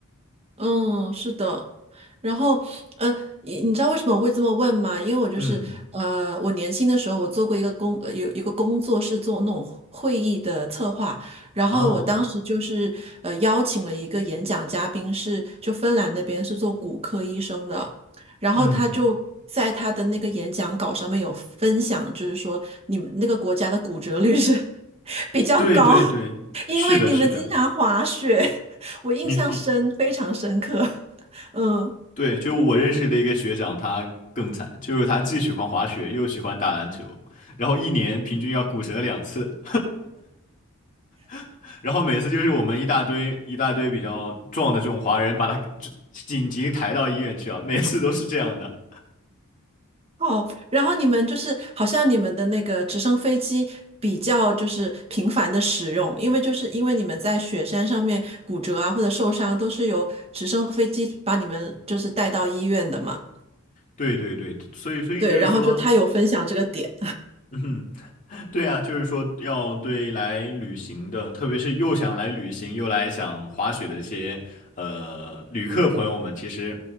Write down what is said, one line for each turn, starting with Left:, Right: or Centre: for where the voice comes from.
Right: 嗯，是的。然后，呃，你你知道为什么我会这么问吗？因为我就是，
Left: 嗯，
Right: 呃，我年轻的时候，我做过一个工，呃，有一个工作是做那种会议的策划，然后我当时就是，
Left: 哦，
Right: 呃，邀请了一个演讲嘉宾是，就芬兰那边是做骨科医生的，然后他就在他的那个演讲稿上面有分享，
Left: 嗯。
Right: 就是说你们那个国家的骨折率是 <laughs> 比较高，
Left: 对对对，
Right: 因为你们经常滑雪，
Left: 是的，是的，
Right: <laughs> 我印象深，
Left: 你你
Right: 非常深刻。<laughs> 嗯，
Left: 对，就我认识的一个学长，他更惨，就是他既喜欢滑雪，又喜欢打篮球，然后一年平均要骨折两次，<laughs> 然后每次就是我们一大堆一大堆比较壮的这种华人，把他给紧紧急抬到医院去啊，每次都是这样的。
Right: 哦，然后你们就是好像你们的那个直升飞机比较就是频繁的使用，因为就是因为你们在雪山上面骨折啊或者受伤，都是由直升飞机把你们就是带到医院的嘛。
Left: 对对对，所以所以就是说，
Right: 对，然后就他有分享这个点。
Left: 嗯哼对啊，就是说要对来旅行的，特别是又想来旅行又来想滑雪的这些呃旅客朋友们，其实